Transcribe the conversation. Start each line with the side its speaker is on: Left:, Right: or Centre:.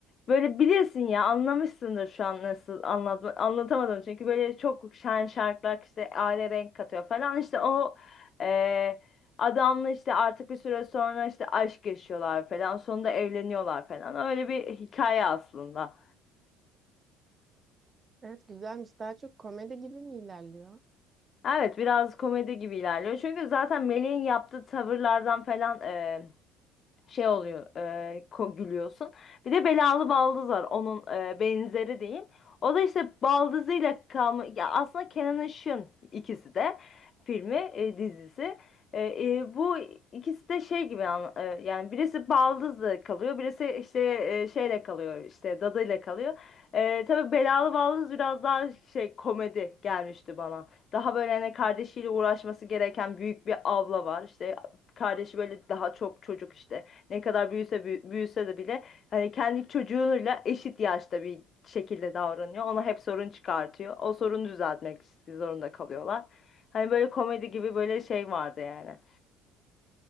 Left: böyle bilirsin ya anlamışsındır şu an nasıl anlat anlatamadım. Çünkü böyle çok şen şarkılar işte aile renk katıyor falan. işte o e, adamla işte artık bir süre sonra işte aşk yaşıyorlar falan. Sonunda evleniyorlar falan. Öyle bir hikaye aslında.
Right: Evet güzelmiş. Daha çok komedi gibi mi ilerliyor?
Left: Evet biraz komedi gibi ilerliyor. Çünkü zaten Melih'in yaptığı tavırlardan falan e, şey oluyor e, ko- gülüyorsun. Bir de belalı baldız var onun e, benzeri diyeyim. O da işte baldızıyla kalma ya aslında Kenan Işık'ın ikisi de filmi e, dizisi. E, e, bu ikisi de şey gibi an- e, yani birisi baldızla kalıyor birisi işte e, şeyle kalıyor işte dadıyla kalıyor. E, tabii belalı baldız biraz daha şey komedi gelmişti bana. Daha böyle hani kardeşiyle uğraşması gereken büyük bir abla var. İşte kardeşi böyle daha çok çocuk işte. Ne kadar büyüse büyü- büyüse de bile hani kendi çocuğuyla eşit yaşta bir şekilde davranıyor. Ona hep sorun çıkartıyor. O sorunu düzeltmek zorunda kalıyorlar. Hani böyle komedi gibi böyle şey vardı yani.